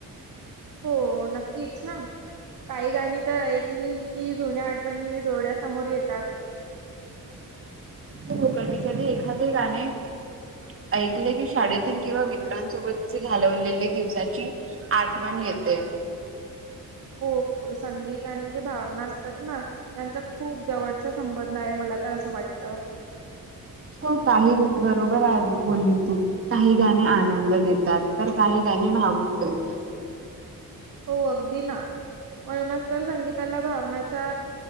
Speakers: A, on the right; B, on the right.
A: हो नक्कीच ना, काही गाणी तर ऐकली की जुन्या आठवणी डोळ्यासमोर येतात.
B: हो कधी कधी एखादे गाने ऐकले की शाळेतील किंवा मित्रांसोबतची घालवलेली दिवसाची आठवण येते.
A: हो संगीत आणि जे भावना असतात ना त्यांचा खूप जवळचा संबंध आहे मला आता असं वाटतं
B: तू काही बरोबर आहे बोलली तू काही गाणी आनंद देतात तर काही गाणी भावुक उठतात.
A: हो अगदी ना. म्हणूनच तर संगीताला भावनाचा